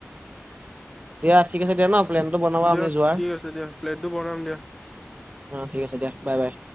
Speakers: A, on the right; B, in the centre.
A: দিয়া ঠিক আছে দিয়া ন প্লেনটো বনাবা
B: দিয়া
A: আমি যোৱাৰ
B: ঠিক আছে দিয়া প্লেটটো বনাম দিয়া
A: অ ঠিক আছে দিয়া বাই বাই